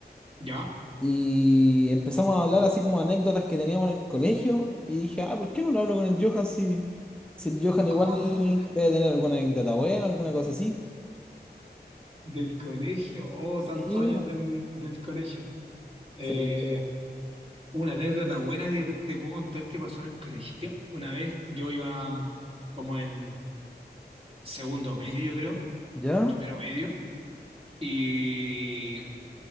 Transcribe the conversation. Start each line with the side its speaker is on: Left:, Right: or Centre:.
Right: ¿ya?
Centre: y empezamos a hablar así como anécdotas que teníamos en el colegio y dije, ah, ¿por qué no lo hablo con el Johan si, si el Johan igual
Right: Ah,
Centre: debe tener alguna anécdota buena, alguna cosa así?
Right: del colegio, oh,
Centre: Sí,
Right: tantos años
Centre: bo.
Right: del, del colegio. Eh,
Centre: sí, bo.
Right: una anécdota buena que te, te puedo contar que pasó en el colegio. Una vez yo iba mm, como en segundo medio, yo creo,
Centre: ¿Yo?
Right: primero medio, y,